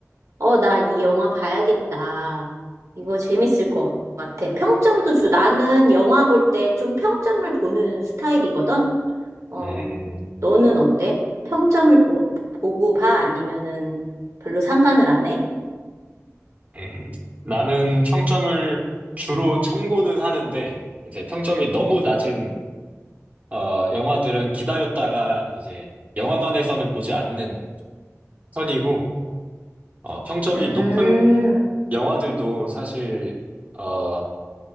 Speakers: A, on the right; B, on the right.
A: 어, 나 이 영화 봐야겠다. 이거 재밌을 것 같아. 평점도 주, 나는 영화 볼 때 좀 평점을 보는 스타일이거든? 어,
B: 음.
A: 너는 어때? 평점을 보, 보고 봐? 아니면은 별로 상관을 안 해?
B: 음, 나는 평점을 주로 참고는 하는데, 이제 평점이 너무 낮은, 어, 영화들은 기다렸다가 이제 영화관에서는 보지 않는 편이고, 어, 평점이
A: 음,
B: 높은 영화들도 사실, 어,